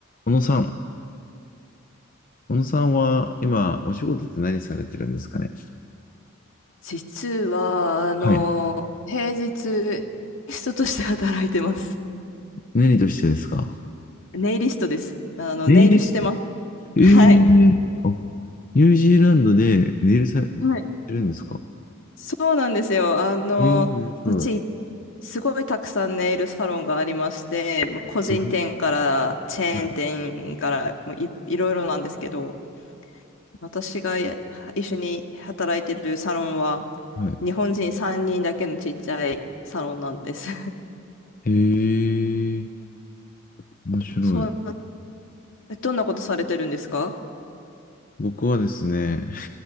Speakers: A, on the left (about 40°); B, on the left (about 65°).
A: 小野さん、小野さんは今、お仕事って何されてるんですかね
B: 実は、あの、
A: はい。
B: 平日、リストとして働いてます。
A: 何としてですか
B: <laughs> ネイリストです。あの、
A: ネイリスト
B: ネイルしてま
A: ええあ、
B: す。はい。
A: ニュージーランドでネイルされて
B: はい。
A: るんですか
B: そうなんですよ。あの、
A: ええ面白い。
B: こっち、すごいたくさんネイルサロンがありまして、まあ個人店からチェーン店からもうい、
A: ええはい、
B: いろいろなんですけど、私がや一緒に働いてるサロンは、
A: はい。
B: 日本人3人だけのちっちゃいサロンなんです。
A: ええー
B: <laughs>
A: 面白い。
B: そうえどんなことされてるんですか
A: 僕はですね、